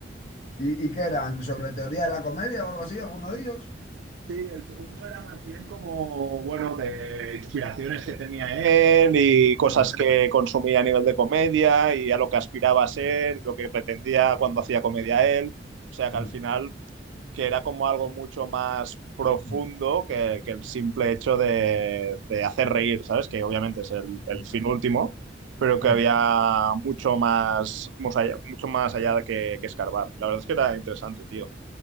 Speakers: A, on the left (about 40°); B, on the right (about 90°).
A: ¿Y, y qué eran? ¿Sobre teoría de la comedia o algo así, alguno de ellos?
B: Sí, el segundo era más bien como, bueno, de inspiraciones que tenía él y cosas
A: Mm,
B: que consumía a nivel de comedia y a lo que aspiraba a ser, lo que pretendía cuando hacía comedia él. O sea que
A: mm,
B: al final, que era como algo mucho más profundo
A: mm,
B: que, que el simple hecho de, de hacer reír, ¿sabes? Que obviamente es el, el
A: mm,
B: fin último, pero que
A: mm,
B: había mucho más, mus- allá- mucho más allá de que, que escarbar. La verdad es que era interesante, tío.